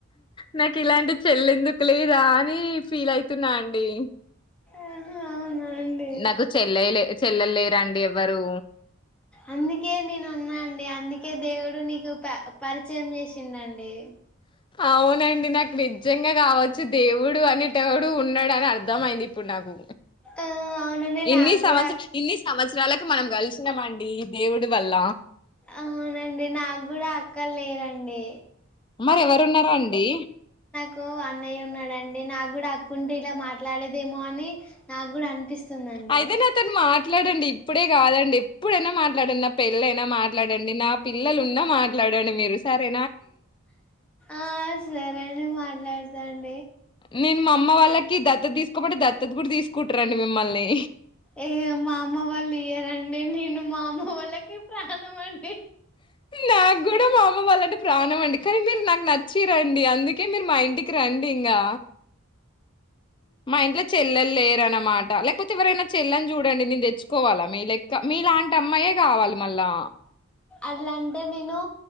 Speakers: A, on the left; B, in the centre.
A: నాకు ఇలాంటి చెల్లెందుకు లేదా అని ఫీల్ అయితున్నా అండి
B: ఆహా అవును డి
A: నాకు చెల్లెలే చెల్లెలు లేరండి ఎవ్వరు
B: అందుకే నేను ఉన్నాండి అందుకే దేవుడు నీకు పరిచ చ్చ ఏం చేసిండండి
A: అవునండి నాకు నిజంగా కావచ్చు దేవుడు అనేటడు ఉన్నాడుని అర్థమయింది ఇప్పుడు నాకు
B: ఆ అవునండి
A: ఇన్ని
B: నాకు
A: సంవత్సర
B: కూడా అక్
A: సంవత్సరాలకి మనం కలిసినాండి దేవుడు వల్ల
B: అవునండి నాకు కూడా అక్కలా లేదండి
A: మరి ఎవరున్నారా అండి
B: కు అన్నయ్య ఉన్నాడండి నా కూడా అక్కుంట ఇలా మా మాట్లాడేదేమో అని నాకు కూడా అని పనిపిస్తుందండి
A: అయితే నాతోని మాట్లాడండి ఇప్పుడే కాదండి ఇప్పుడేన్న మాట్లాడిన్న ప పెళ్ళ మాట్లాడండి నా పిల్లలు ఉన్నా మాట్లాడండి మీరు సరే
B: ఆ సరేండి నే మాట్లాడతాను
A: నేను మా అమ్మ వాళ్ళకి దత్తత తీసుకోమంటే దత్తత కూడా తీసుకుంటారండి మిమ్మల్ని
B: ఏ మా అమ్మ వాళ్ళు ఇయ్యారంండి నేను మా అమ్మ వాళ్ళకి ప్రాణం అంట
A: నాకు కూడా మా అమ్మ వాళ్ళంటే ప్రాణం అండి కానీ మీరు నాకు నచ్చి రండి అందుకే మీరు మా ఇంటికి రండి ఇంకా మా ఇంట్లో చెల్లెలు లేరన్నమాట లేకపోతే ఎవరైనా చెల్లని చూడ చూడండి నేను తెచ్చుకోవాలా మీ లెక్క మీ లాంటి అమ్మాయే కావాలి మళ్ళా
B: అట్లాంటే నేను